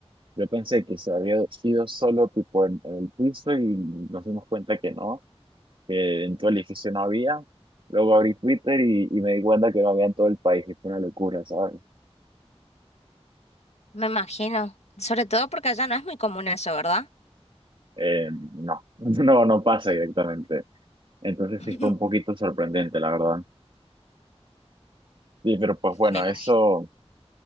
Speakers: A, on the right; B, on the left.
A: Yo pensé que se había ido solo tipo en, en el piso y nos dimos cuenta que no, que en todo el edificio no había. Luego abrí Twitter y, y me di cuenta que no había en todo el país, y fue una locura, ¿sabes?
B: Me imagino, sobre todo porque allá no es muy común eso, ¿verdad?
A: Eh, no, <laughs> no, no pasa directamente. Entonces
B: <laughs>
A: sí fue un poquito sorprendente, la verdad. Sí, pero pues bueno,
B: Me imagino.
A: eso